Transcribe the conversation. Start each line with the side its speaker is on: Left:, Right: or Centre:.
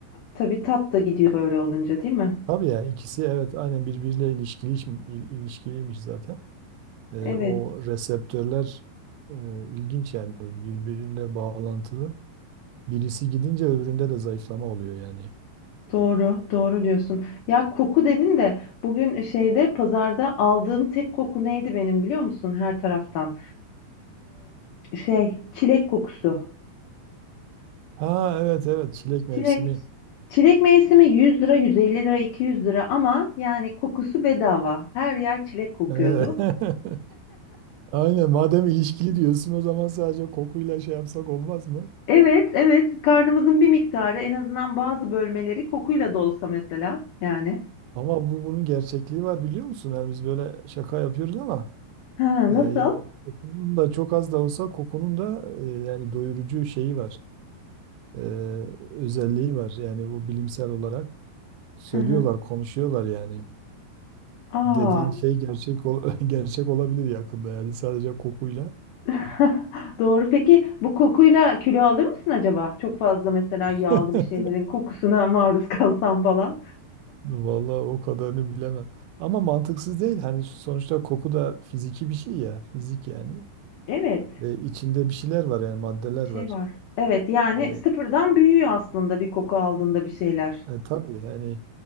Left: tabii tat da gidiyor böyle olunca değil mi?
Right: Tabii ya ikisi evet aynen birbiriyle ilişkili, ilişkiliymiş zaten. E,
Left: Evet.
Right: o reseptörler e, ilginç yani birbiriyle bağlantılı. Birisi gidince öbüründe de zayıflama oluyor yani.
Left: Doğru, doğru diyorsun. Ya koku dedin de bugün e, şeyde pazarda aldığım tek koku neydi benim biliyor musun her taraftan? Ee, şey çilek kokusu.
Right: Ha evet evet çilek
Left: Çilek.
Right: mevsimi.
Left: Çilek mevsimi 100 lira, 150 lira, 200 lira ama yani kokusu bedava. Her yer çilek kokuyordu.
Right: Ee, <laughs> Aynen madem ilişkili diyorsun o zaman sadece kokuyla şey yapsak olmaz mı?
Left: Evet, evet. Karnımızın bir miktarı en azından bazı bölmeleri kokuyla dolsa mesela yani.
Right: Ama bu bunun gerçekliği var biliyor musun? Yani biz böyle şaka yapıyoruz ama
Left: Ha,
Right: e,
Left: nasıl?
Right: yani kokunun da çok az da olsa kokunun da e, yani doyurucu şeyi var. E, özelliği var. Yani bu bilimsel olarak söylüyorlar,
Left: Hı hı.
Right: konuşuyorlar yani.
Left: Aa.
Right: Dediğin şey gerçek ol <laughs> gerçek olabilir yakında yani sadece kokuyla.
Left: <laughs> Doğru. Peki bu kokuyla kilo alır mısın acaba? Çok fazla mesela yağlı
Right: <laughs>
Left: bir şeylerin kokusuna <laughs> maruz kalsam falan.
Right: Vallahi o kadarını bilemem. Ama mantıksız değil. Hani sonuçta koku da fiziki bir şey ya. Fizik yani.
Left: Evet,
Right: E, içinde bir şeyler var yani maddeler
Left: bir şey
Right: var.
Left: var. Evet, yani
Right: E,
Left: sıfırdan büyüyor aslında bir koku aldığında bir şeyler.
Right: E, tabii yani